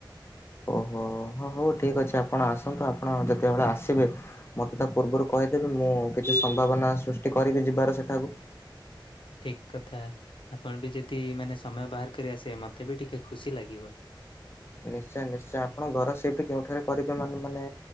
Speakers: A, on the left; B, on the left.
A: ଓହୋ। ହଁ ହଉ ଠିକ୍ ଅଛି ଆପଣ ଆସନ୍ତୁ ଆପଣ ଯେତେବେଳେ ଆସିବେ ମତେ ତା ପୂର୍ବରୁ କହିଦେବେ ମୁଁ କିଛି ସମ୍ଭାବନା ସୃଷ୍ଟି କରିବି ଯିବାର ସେଠାକୁ।
B: ଠିକ୍ କଥା ଆପଣ ବି ଯଦି ମାନେ ସମୟ ବାହାର କରି ଆସିବେ ମତେ ବି ଟିକେ ଖୁସି ଲାଗିବ।
A: ନିଶ୍ଚୟ ନିଶ୍ଚୟ ଆପଣ ଘର ସେଇଟି କେଉଁଠାରେ କରିବେ ମାନେ ମାନେ